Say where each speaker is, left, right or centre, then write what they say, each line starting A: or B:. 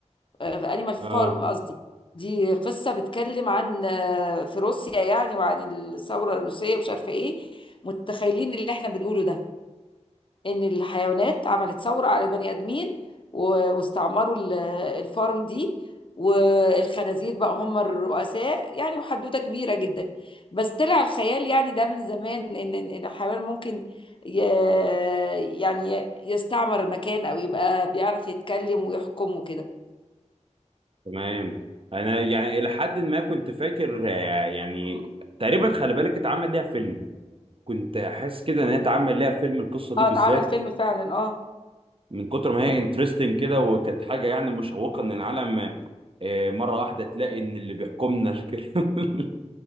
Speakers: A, on the left (about 45°); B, on the right (about 50°).
A: في انيمال
B: <laughs>
A: فارم
B: اه
A: قصدي دي قصة بتكلم عن آه، في روسيا يعني وعن الثورة الروسية مش عارفة ايه متخيلين اللي احنا بنقوله ده ان الحيوانات عملت ثورة على البني ادمين و- واستعمروا ال- الفارم دي والخنازير بقى هم الرؤساء يعني وحدوتة كبيرة جدا بس طلع الخيال يعني ده من زمان ان إن- إن الحيوان ممكن ي- يعني يستعمر مكان او يبقى بيعرف يتكلم ويحكم وكده
B: تمام انا يعني الى حد ما كنت فاكر آه، يعني تقريبا خلي بالك اتعمل ليها فيلم كنت حاسس كده ان هي اتعمل ليها فيلم القصة دي
A: اه
B: بالذات
A: اتعمل فيلم فعلا اه
B: من كتر ما هي انترستنج كده وكانت حاجة يعني مشوقة ان العالم آه، مرة واحدة تلاقي ان اللي بيحكمنا الكلاب <laughs>